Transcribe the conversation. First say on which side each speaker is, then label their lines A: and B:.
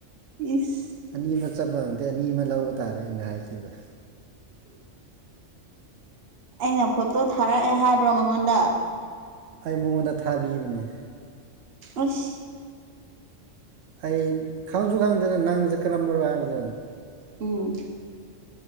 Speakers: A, on the right (about 55°); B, on the right (about 80°).
A: ꯏꯁ
B: ꯑꯅꯤ ꯑꯃ ꯆꯠꯄꯗꯗꯤ ꯑꯅꯤ ꯑꯃ ꯂꯧꯕ ꯇꯥꯔꯦ ꯑꯩꯅ ꯍꯥꯏꯈꯤꯕ
A: ꯑꯩꯅ ꯐꯣꯇꯣ ꯊꯥꯔꯛꯑꯦ ꯍꯥꯏꯕ꯭ꯔꯣ ꯃꯉꯣꯟꯗ
B: ꯑꯩ ꯃꯉꯣꯟꯗ ꯊꯥꯕꯤꯕꯅꯤ
A: ꯑꯁ
B: ꯑꯩ ꯈꯪꯁꯨ ꯈꯪꯗꯅ ꯅꯪꯁꯦ ꯀꯔꯝꯕꯅꯣ ꯍꯥꯏꯕꯗꯦ
A: ꯎꯝ